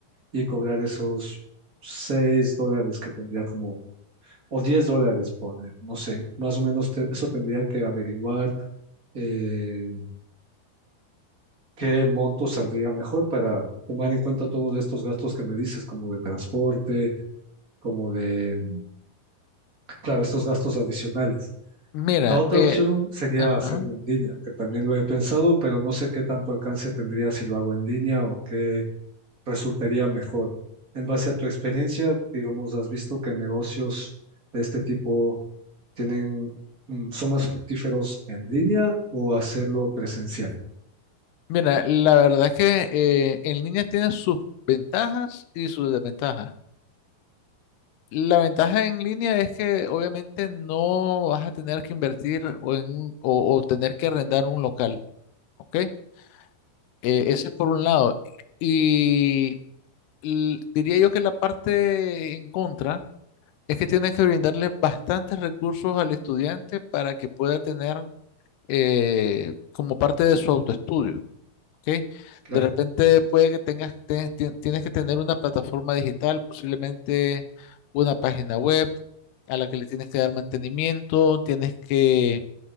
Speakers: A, on the right; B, on the left.
A: y cobrar esos 6 dólares que tendría como, o 10 dólares, poner, no sé, más o menos te- eso tendría que averiguar eh, qué
B: M-
A: monto saldría mejor para tomar en cuenta todos estos gastos que me dices, como de transporte, como de, mm, claro, estos gastos adicionales.
B: Mira,
A: La otra
B: eh,
A: opción sería
B: ajá.
A: hacerlo en línea, que también lo he pensado, pero no sé qué tanto alcance tendría si lo hago en línea o qué resultaría mejor. En base a tu experiencia, digamos, has visto que negocios de este tipo tienen, mm, son más fructíferos en línea o hacerlo presencial.
B: Mira, la verdad es que eh, en línea tiene sus ventajas y sus desventajas. La ventaja en línea es que obviamente no vas a tener que invertir o, en un- o, o tener que arrendar un local, ¿ok? Eh, ese es por un lado. Y l- diría yo que la parte en contra es que tienes que brindarle bastantes recursos al estudiante para que pueda tener eh, como parte de su autoestudio. ¿ok?
A: Claro.
B: De repente puede que tengas, te- ti- tienes que tener una plataforma digital, posiblemente una página web a la que le tienes que dar mantenimiento, tienes que